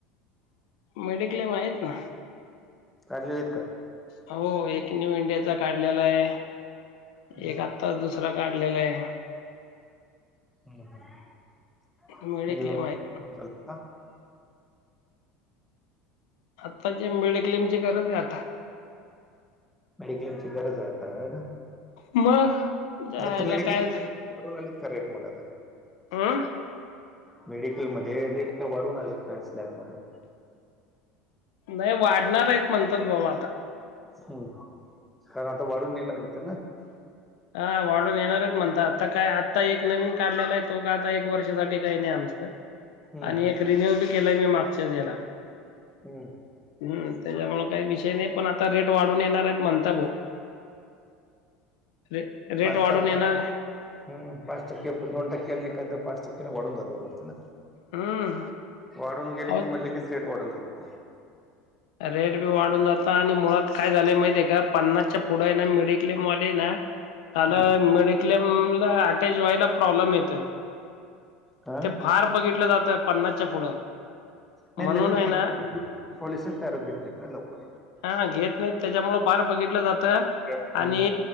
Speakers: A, on the left (about 75°); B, in the centre.
A: मेडिक्लेम आहेत ना.
B: काढलेले आहेत का?
A: हो एक नीव इंडियाचा काढलेला आहे,
B: हम्म
A: एक आ ता दुसरा काढलेला आहे बघा.
B: <unintelligible>
A: मेडिक्लेम आहेत. आताची मिडक्लेमची गरज आहे आता.
B: मेडिक्लेमची गरज हाय आता हाय ना?
A: मग जायला
B: आता मेडिक्लेम
A: काय
B: वाढून आलीत का रेट मग आता?
A: अं.
B: मेडिकलमध्ये काय रेट काय वाढून आलेत का स्लॅबमध्ये?
A: नाही वाढणार आहेत म्हणतात बाबा आता.
B: हम्म कारण आता वाढून येणार होते ना.
A: हा वाढून येणारच म्हणतात, आता काय आत्ता एक नवीन काढलेला आहे तो का आता एक वर्षासाठी काही नाही आमचं.
B: हम्म,
A: आणि
B: हम्म,
A: एक रिन्यूबी केलंय मी मागच्याच याला.
B: हम्म.
A: हम्म त्याच्यामुळे काही विषय नाही, पण आता रेट वाढून येणार आहेत म्हणता भाऊ. रे रेट
B: पाच
A: वाढून
B: पाचदा
A: येणार
B: हं पाच टक्के दोन टक्क्यांनी काहीतरी पाच टक्क्यांनी वाढून जातंय वाटतं ना.
A: हम्म
B: वाढून गेले
A: अहो
B: की म्हणलं की रेट वाढून जातो मग.
A: रेटबी वाढून जातं आणि मुळात काय झालंय माहिती आहे का. पन्नासच्या पुढं आहे ना मेडिक्लेम वाले ना, <unintelligible>
B: हम्म.
A: क्लेमला अटॅच व्हायला प्रॉब्लेम येतोय.
B: हा
A: ते फार बघितलं जातंय पन्नासच्या पुढं.
B: नाही
A: म्हणून
B: नवीन
A: आहे ना
B: <unintelligible> लवकर.
A: हां घेत नाही त्याच्यामुळं फार बघितलं जातं
B: हम्म,
A: आणि